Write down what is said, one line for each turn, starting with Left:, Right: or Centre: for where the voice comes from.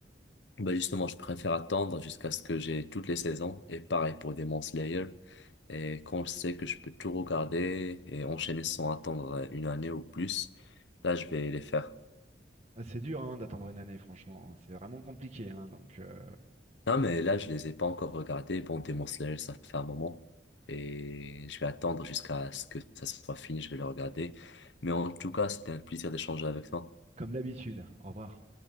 Left: Bah justement, je préfère attendre jusqu'à ce que j'ai toutes les saisons, et pareil pour Demon Slayer. Et quand je sais que je peux tout regarder et enchaîner sans attendre euh, une année ou plus, là, je vais les faire.
Right: Ah, C'est dur hein, d'attendre une année, franchement. hein. C'est vraiment compliqué. hein. Donc, euh,
Left: Non, mais là, je les ai pas encore regardés. Bon, Demon Slayer, ça fait un moment. Et je vais attendre jusqu'à ce que ça soit fini, je vais le regarder. Mais en tout cas, c'était un plaisir d'échanger avec toi.
Right: comme d'habitude. Au revoir.